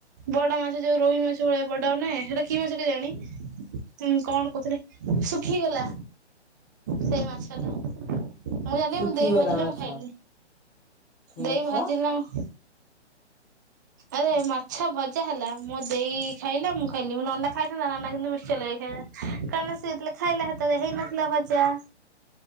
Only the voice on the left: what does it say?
ଶୁଖିଗଲା
ମାଛ
କି ମାଛ?